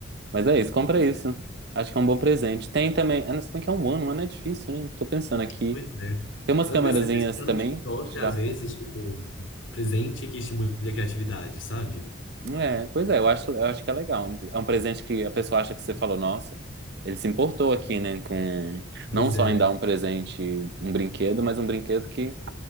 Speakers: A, on the right; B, on the left.
A: Mas é isso, compra
B: Pois
A: isso.
B: é,
A: Acho que é um bom presente. Tem também. Ah, não, se bem que é um ano, um ano é difícil, né? Tô pensando aqui.
B: pois é.
A: Tem umas
B: Eu
A: câmerazinhas
B: tô pensando em pesquisar
A: também
B: no TikTok,
A: de tirar
B: às vezes,
A: foto.
B: tipo, presente que estimule a criatividade, sabe?
A: É, pois é, eu acho, eu acho que é legal. É um presente que a pessoa acha que você falou, nossa, ele se importou aqui, né? Com
B: Pois
A: não só
B: é,
A: em dar um presente, um brinquedo, mas um brinquedo que